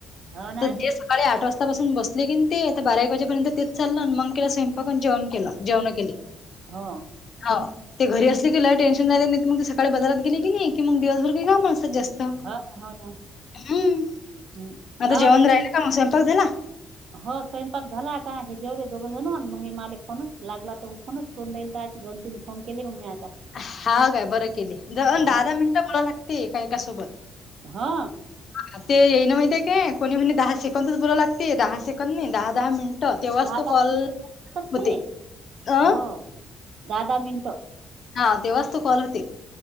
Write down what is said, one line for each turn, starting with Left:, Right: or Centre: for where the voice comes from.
Right: हो ना
Left: तर ते सकाळी आठ वाजतापासून बसले कीन ते आता बारा एक वाजेपर्यंत तेच चाललं मग केला स्वयंपाक अन् जेवण केल जेवण केली
Right: ह
Left: हाव ते घरी असले की ल टेन्शन नाही, नाही मग ते सकाळी बाजारात गेले की नाही कि मग दिवसभर काही काही कामच नाही जास्त
Right: हो ना हो ना
Left: हम्म
Right: हं.
Left: मता
Right: लावत
Left: जेवन
Right: जाय
Left: राहिला का मग स्वयंपाक झाला
Right: हो स्वयंपाक झाला का हे जेवले दोघं जण मग हे मालिक फोनच लागला तर फोनच करून राईल आ दोन, तीन फोन केले मग मी आता
Left: हा काय बरं केली दहा,
Right: हो
Left: दहा मिनिटं बोला लागते एका एकासोबत
Right: हा
Left: हा ते येई ना माहितय काय कोणी म्हणी दहा सेकंदच बोलाव लागते दहा सेकंद नाही दहा, दहा मिनट ट तेव्हाच
Right: दहा
Left: तो
Right: दहा
Left: कॉल
Right: मिनिटं लागतात
Left: होते
Right: ते
Left: अ
Right: हो दहा, दहा मिनिट
Left: हा तेव्हाच तू कॉल होते